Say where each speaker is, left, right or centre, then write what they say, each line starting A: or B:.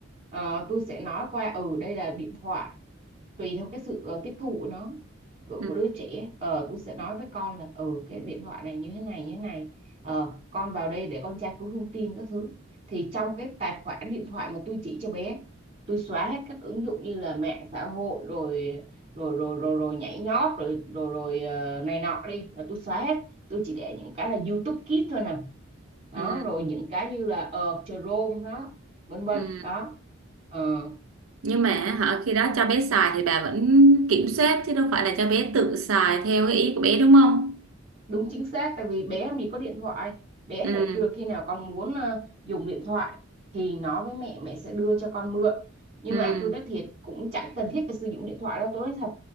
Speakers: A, on the right; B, on the right.
A: ờ, tôi sẽ nói qua ừ đây là điện thoại tùy theo cái sự ờ, tiếp thụ nó của,
B: Ừ.
A: của đứa trẻ ờ tôi sẽ nói với con là ừ cái điện thoại này như thế này như thế này ờ con vào đây để con tra cứu thông tin các thứ thì trong cái tài khoản điện thoại mà tôi chỉ cho bé tôi xóa hết các ứng dụng như là mạng xã hội rồi rồi rồi rồi, rồi nhảy nhót rồi rồi rồi ờ, này nọ đi là tôi xóa hết tôi chỉ để những cái là YouTube Kids thôi nè đó
B: Ừ.
A: rồi những cái như là ờ Chrome đó vân vân
B: Ừ.
A: đó Ờ,
B: Nhưng mà họ khi đó cho bé xài thì bà vẫn kiểm soát chứ đâu phải là cho bé tự xài theo cái ý của bé đúng không?
A: đúng chính xác tại vì bé mình có điện thoại bé
B: Ừ.
A: sẽ kêu khi nào con muốn ờ, dùng điện thoại thì nói với mẹ mẹ sẽ đưa cho con mượn nhưng
B: Ừ.
A: mà tôi nói thiệt cũng chẳng cần thiết phải sử dụng điện thoại đâu tôi nói thật